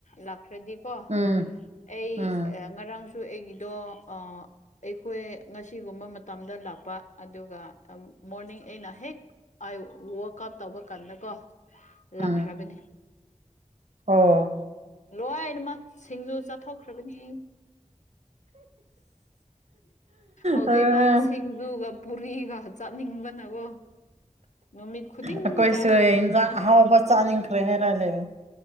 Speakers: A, on the left; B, on the right.
A: ꯂꯥꯛꯈ꯭ꯔꯗꯤꯀꯣ
B: ꯎꯝ
A: ꯑꯩ
B: ꯎꯝ
A: ꯉꯔꯥꯡꯁꯨ ꯑꯩꯒꯤꯗꯣ ꯑꯥ ꯑꯩꯈꯣꯏ ꯉꯁꯤꯒꯨꯝꯕ ꯃꯇꯝꯗꯥ ꯂꯥꯛꯄ ꯑꯗꯨꯒꯥ ꯃꯣꯔꯅꯤꯡ ꯑꯩꯅ ꯍꯦꯛ ꯑꯩ ꯋꯥꯛꯀꯞ ꯇꯧꯕ ꯀꯥꯟꯗꯀꯣ ꯂꯥꯛꯈ꯭ꯔꯕꯅꯤ
B: ꯎꯝ ꯑꯣ
A: ꯂꯣꯏꯅꯃꯛ ꯁꯤꯡꯖꯨ ꯆꯠꯊꯣꯛꯈ꯭ꯔꯕꯅꯤ ꯍꯧꯖꯤꯀꯥꯟ
B: ꯑ
A: ꯁꯤꯗꯨꯒꯥ ꯄꯨꯔꯤꯒ ꯆꯠꯅꯤꯡꯕꯅꯥ ꯀꯣ ꯅꯨꯃꯤꯠ ꯈꯨꯗꯤꯡꯒꯤ
B: ꯑꯩꯈꯣꯏꯁꯨ
A: ꯆꯥꯈ꯭ꯔꯦ
B: ꯏꯟꯖꯥꯡ ꯑꯍꯥꯎꯕ ꯆꯥꯅꯤꯡꯈꯔꯦꯍꯦ ꯔꯥꯏꯂ°